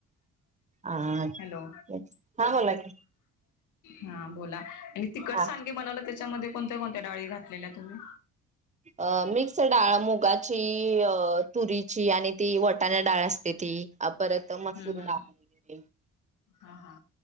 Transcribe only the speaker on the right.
हा,
हा, मला बोला की
हा
अ, मिक्स डाळ मुगाची, तुरीची आणि ती वटाण्या डाळ असते अ, परत
मसूर
डाळ